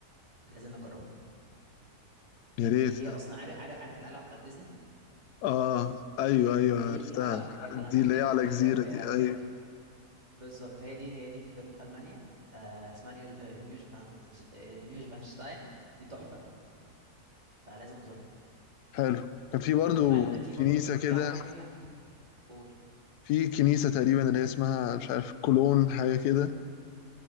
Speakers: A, on the right (about 25°); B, on the left (about 85°).
A: لازم نجربها
B: يا ريت
A: دي هي اصلا عارف عارف عارف القلعه بتاعت ديزني
B: اه ايوه ايوه
A: هي
B: عرفتها
A: دي القلعه هي القلعه
B: دي
A: دي
B: اللي
A: هناك
B: هي على
A: هي
B: جزيره
A: هي
B: دي ايوه
A: هي في ج- بالظبط هي دي هي دي في جنوب المانيا آه اسمها نيوش آه، نيوش فانش آه، نيوش فانشتاين دي تحفه فلازم نزورها
B: حلو كان في برضو
A: وكمان في برضو
B: كنيسه
A: في
B: كده
A: عارف في على فكره قول
B: في كنيسه تقريبا اللي هي اسمها مش عارف كولون حاجه كده